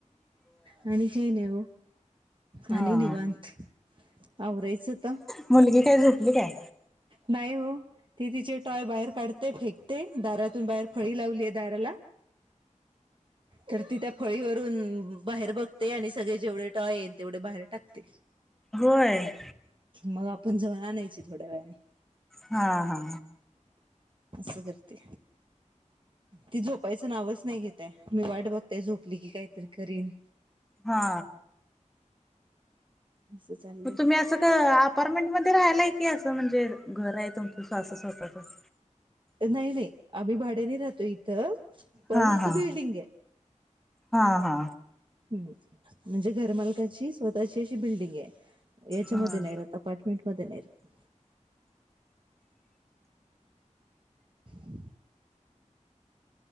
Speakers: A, on the right (about 40°); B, in the centre.
A: आणि काही नाही ओ.
B: हा
A: आणि निवांत आवरायचं आता.
B: म मुलगी काय झोपली काय?
A: नाही हो. ती तिचे टॉय बाहेर काढते फेकते, दारातून बाहेर फळी लावलीय दाराला. तर ती त्या फळीवरून बाहेर बघते आणि सगळे जेवढे टॉय ए तेवढे बाहेर टाकते.
B: होय.
A: मग आपण जाऊन आणायचे थोड्या वेळाने.
B: हा हा.
A: असं करते. ती झोपायचं नावच नाही घेतए. मी वाट बघतेय झोपली की काहीतरी करीन.
B: हा.
A: असं चाल-
B: म तुम्ही असं का अपार्टमेंट मध्ये राहिलाय? की असं म्हणजे घर आहे तुमचं सासू सासऱ्याचं.
A: नाही नाही. आम्ही भाड्याने राहतो इ- -थ पण
B: हा
A: असं
B: हा
A: बिल्डिंग आहे.
B: हा हा
A: हं. म्हणजे घरमालकांची स्वतःची अशी बिल्डिंग आहे. याच्यामध्ये
B: हा
A: नाही राहत. अपार्टमेंट मध्ये नाही रहात. ह